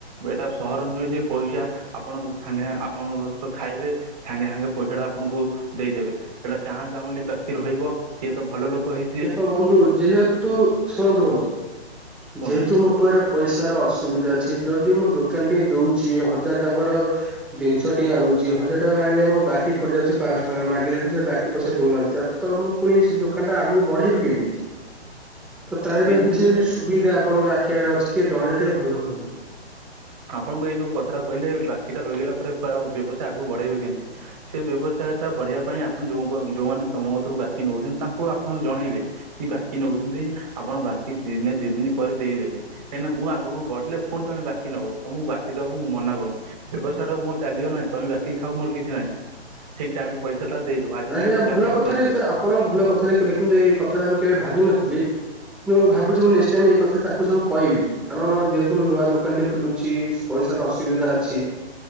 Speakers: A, on the right; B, in the centre.
A: ଏଟା ସହର ନୁହେଁ ଯେ ପଇସା ଆପଣ ସାଙ୍ଗେ ଆପଣଙ୍କ ସଅ ଖାଇବେ ସାଙ୍ଗେ ସାଙ୍ଗେ ପଇସା ଟା ଆପଣଙ୍କୁ ଦେଇଦେବେ। ଏଟା ଗାଁ ଗାଉଁଲି ବାକି ରହିବ। କିଏ ତ ଭଲ ଲୋକ ହେଇ
B: ଦେଖ ବନ୍ଧୁ ଯେହେତୁ, ଶୁଣନ୍ତୁ ବନ୍ଧୁ,
A: କୁହନ୍ତୁ
B: ଯେହେତୁ ମୋ ପାଖରେ ପଇସାର ଅସୁବିଧା ଅଛି, ଯଦି ମୁଁ ଦୋକାନ ଟି ଦଉଛି, ହଜାର ଟଙ୍କାର ଦନିଷ ଟିଏ ଆଣୁଚି, ହଜାର ଟଙ୍କା ରେ ଆଣିଲେ ମୋ ବାକି ପଡିଯାଉଛି ପାଁଶହ ଟଙ୍କା, ମାଗିଲାଠୁ ସେ ବାକି ପଇସା ଦଉନାହାନ୍ତି। ତ ତ ମୁଁ ପୁଣି ସେ ଦୋକାନ ଟା ଆଗକୁ ବଢେଇବି କେମିତି? ତ ତା
A: ଇଏ
B: ପାଇଁ କିଛି
A: ଜିନିଷ
B: ସୁ ସୁବିଧା ଆପଣଙ୍କ ଆଖି ଆଗରେ ଅଛି ଟିକିଏ ଜଣେଇଲେ ଟିକେ ଭଲ ହୁଅନ୍ତା।
A: ଆପଣଙ୍କୁ ଏଇ ଯୋଉ କଥାଟା କହିଲେ ବାକି ଟା ରହିଗଲା ପରେ ପେ- ଆଉ ବ୍ୟବସାୟ ଆଗକୁ ବଢେଇବେ କେମିତି। ସେ ବ୍ୟବସାୟ ଟା ବଢିବା ପାଇଁ ଆପଣ ଯୋଉଙ୍କ ଯୋଉମାନେ ତୋମ କତୁରୁ ବାକି ନଉଛନ୍ତି ତାଙ୍କୁ ଆପଣ ଜଣେଇବେ। କି ବାକି ନଉଚନ୍ତି, ଆପଣ ବାକି ଦିନେ ଦି ଦିନ ପରେ ଦେଇଦେବେ। କାହିଁକିନା ମୁଁ ଆଗକୁ ବଢିଲେ ଫୁଣି ତୋମେ ବା କି ନବ, ତୋମକୁ ବାକି ଦବାକୁ ମୁଁ ମନା କରୁନି, ବ୍ୟବସାୟ ଟା ମୋ ଚାଲିବନା, ତୋମେ ବାକି ଖାଅ ମୋର କିଛି ନାହିଁ। ଠିକ୍ ଟାଇମ୍ ରେ ପଇସା ଟା ଦେଇଦବ ଆଜି
B: ଆଜ୍ଞା
A: ନାଇ ତ କାଲି
B: ଭଲ
A: ଆଣି
B: କଥାଟି
A: ଦେଇଦବ।
B: ତ ଆପଣ ଭଲ କଥାଟି କହିଲେ କିନ୍ତୁ ଏଇ କଥାଟା ମୁଁ କେବେ ଭାବିନଥିଲି। ମୁଁ ଭାବୁଛି ମୁଁ ନେକ୍ସ ଟାଇମ୍ ଏଇ କଥା ତାଙ୍କୁ ସବୁ କଇବି। କାରଣ ଯେହେତୁ ମୁଁ ନୂଆ ଦୋକାନଟେ ଖୋଲୁଛି, ପଇସାର ଅସୁବିଧା ଅଛି।